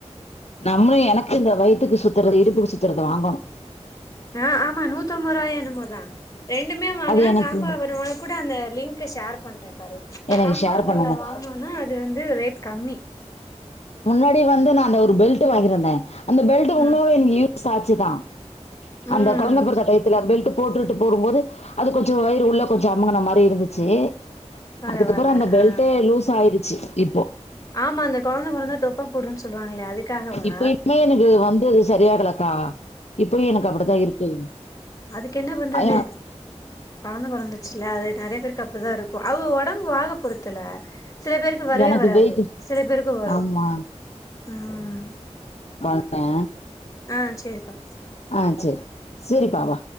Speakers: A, on the left; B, on the left.
A: நம்முளு எனக்கு இந்த வயித்துக்கு சுத்தறது இடுப்புக்கு சுத்தறது வாங்கனு
B: ஆ ஆமா நூத்தம்பர்ருவாய் என்னமோ தா ரெண்டுமே வாங்குனே
A: அது எனக்கு
B: காம்பா ஆஃபர் ஒனக்கூட அந்த லிங்க்க ஷேர் பண்ற பாரு
A: எனக்கு
B: காம்பா
A: ஷேர்
B: ஆஃபர்ல
A: பண்ணுங்க
B: வாங்னோன்னா அது வந்து ரேட் கம்மி
A: முன்னாடி வந்து நா அந்த ஒரு பெல்ட்டு வாங்கிருந்தே அந்த பெல்ட்டு ரொம்பவே
B: ம்
A: எனக்கு யூ ஸ் ஆச்சு தா
B: ம்
A: அந்த கொழந்த பொறந்த டைத்துல பெல்ட்டு போட்டுட்டு போரும்போது அது கொஞ்சோ வயிறு உள்ள கொஞ்சோ அமுங்கன மாரி இருந்துச்சு
B: பரவால்ல
A: அதுக்கப்றோ அந்த பெல்ட்டே
B: ஆ
A: லூஸ் ஆயிடிச்சி இப்போ
B: ஆமா அந்த கொழந்த பொறந்தா தொப்ப போடுன்னு சொல்லுவாங்களே அதுக்காகவா
A: இப்பயுமே எனக்கு வந்தது சரியாகலக்கா இப்பயு எனக் அப்பிடி தா இருக்கு
B: அதுக்கென்ன பண்றது?
A: அயா
B: கொழந்த பொறந்துர்ச்சில்ல அது நெறைய பேருக் கு அப்டிதா இருக்கு அவுக ஒடம்பு வாக பொறுத்துல்ல சில பேருக்கு வரவே
A: எனக்கு
B: வராது
A: வெயிட்டு
B: சில பேருக்கு வரு
A: ஆமா
B: ம்
A: ஆ
B: ஆ சேரிப்பா
A: ஆ செரி சேரிப்பாவா